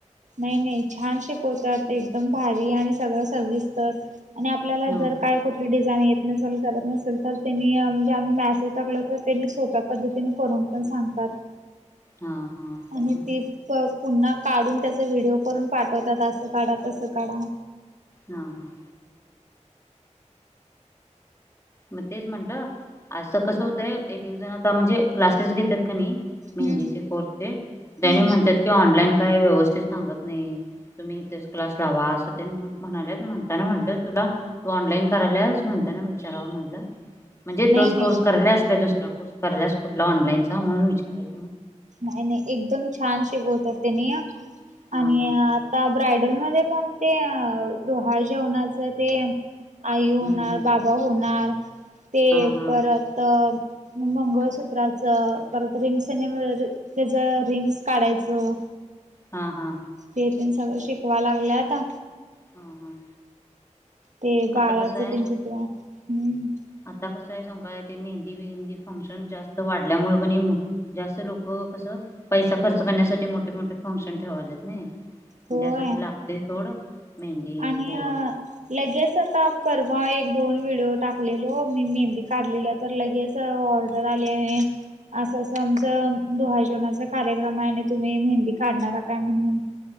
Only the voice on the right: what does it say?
नाही नाही छान शिकवतात एकदम भारी आणि सगळं सविस्तर आणि आपल्याला
जर
काय कुठली डिझाईन येत नसेल त नसेल तर त्यांनी म्हणजे आम्ही मॅसेज टाकल तर त्यांनी सोप्या पद्धतीने करून पण सांगतात
आणि ती-तो पुन्हा काढून त्याचा व्हिडिओ करून पाठवतात असं काढा तसं काढा
हम्म
हम्म
नाही
नाही
नाही -नाही एकदम छान शिकवतात त्यांनी
आणि
आता ब्रायडल झालय पण ते अ डोहाळजेवणाच ते आई होणार,
बाबा होणार ते
परत मंगळसूत्राचं परत रिंग सेनेमरी त्याच रिंग्स काढायचं
ते तेन सगळं शिकवा लागल्यात <inaudible>
ते बाळाचं
तीन चित्र हुं..
होय
आणि
लगेच आता परवा एक दोन व्हिडिओ टाकलेलो मी मेहंदी काढलेलं तर लगेच ऑर्डर आली आणि असं -असं आमचं डोहाळे जेवणाचा कार्यक्रम आहे आणि तुम्ही मेहंदी काढणारा काय म्हणून?